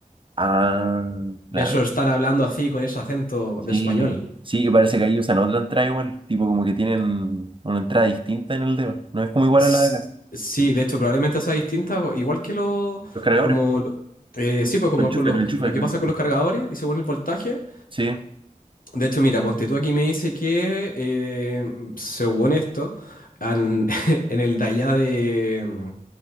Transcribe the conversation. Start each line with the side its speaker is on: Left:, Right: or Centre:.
Right: Ah,
Left: De
Right: claro.
Left: eso están hablando así con ese acento de
Right: Sí,
Left: español.
Right: sí, que parece que ahí usan otra entrada igual, tipo como que tienen una entrada distinta en el dedo, no es como igual
Left: S-
Right: a la de acá,
Left: Sí, de hecho, probablemente sea distinta, po- igual que lo,
Right: los cargadores,
Left: como, lo- eh, sí, pues como
Right: lo enchufes,
Left: con lo,
Right: lo enchufes,
Left: lo que
Right: lo
Left: pasa
Right: enchufes.
Left: con los cargadores y según el voltaje.
Right: Sí,
Left: De hecho, mira, ponte tú aquí me dice que, eh, según esto, an- <laughs> en el de allá de, mm,